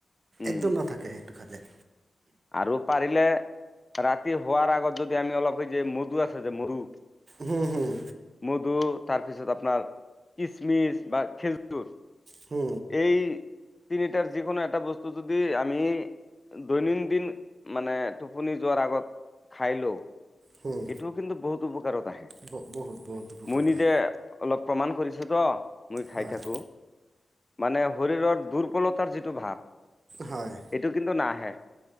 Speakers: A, on the left; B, on the right.
A: উম
B: একদম নাথাকে। টো খালে।
A: আৰু পাৰিলে ৰাতি শুৱাৰ আগত যদি আমি অলপ সেই যে মদু আছে যে মদু
B: হুম, হুম।
A: মধু তাৰপিছত আপোনাৰ কিচমিচ বা খেজুৰ।
B: হু।
A: এই তিনিটাৰ যিকোনো এটা বস্তু যদি আমি দৈনন্দন্দিন মানে টোপনি যোৱাৰ আগত খাই লও
B: হুম
A: এইটো কিন্তু বহুত উপকাৰত আহে।
B: ব- বহুত বহুত ধুপুকা
A: মই
B: উঠে
A: নিজে অলপ প্ৰমাণ কৰিছোঁতো, মই খাই
B: হয়
A: থাকোঁ মানে শৰীৰৰ দুৰ্বলত তাৰ যিটো ভাৱ
B: হয়
A: এইটো কিন্তু নাহে,